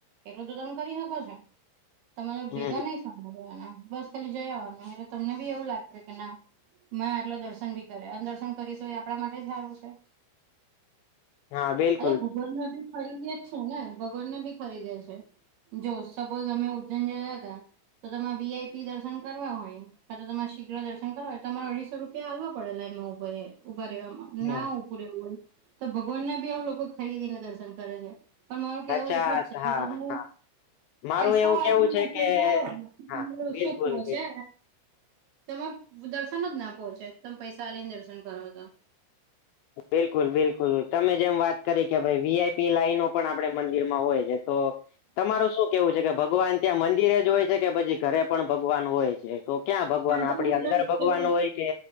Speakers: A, on the right; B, on the left.
A: એટલું તો તમે કરી શકો છો તમે જો
B: હમ
A: ભેગા નઈ સાભ્યા એના બસ ખાલી જયાવાનું એટલે તમને બી એવું લાગે કે ના મેં આટલો દર્શન બી કરે અને દર્શન કરીશું એ આપણા માટે સારું છે
B: હા બલક
A: ભગવાન ને ભી ખરીદે જ છે ને ભગવાનને ભી ખરીદે છે જો સપોઝ અમે ઉજ્જૈનયા હતા તો તમારે વીઆઈપી દર્શન કરવા હોય કા તો તમારે શીઘ્ર દર્શન કરો હોય તો તમારે અઢીો રૂપિયા હાલવા પડેલાનમાં ઉ ઉભા રહેવામાં
B: હમ
A: ના ઉપું રહેવું હોય તો ભગવાન ના બી આવું લોકો ખરીદીને દર્શન કરે છે પણ મારું કેવું
B: અચ્છા
A: એટલું જ
B: હા
A: છે કેું
B: હા મારું
A: પૈસાસન
B: એવું કેવું છે કે
A: કરો
B: હા બિલકુલ
A: શું પો
B: બિલકુલ
A: છે તમારે દર્શન જ ના પહોંચે તમે પૈસા લઈ ને દર્શન કરો તો
B: બિલકુલ બિલકુલ તમે જેમ વાત કરી કે ભાઈ વીઆઈપી લાઈનો પણ આપે મંદિરમાં હોય છે તો તમારું શું કેવું છે કે ભગવાન ત્યાં મંદિરે જ હોય છે કે પછી ઘરે પણ ભગવાન હોય છે તો ક્યાં ભગવાન
A: આપણી
B: આપડી અંદર ભગવાન
A: છે
B: હોય કે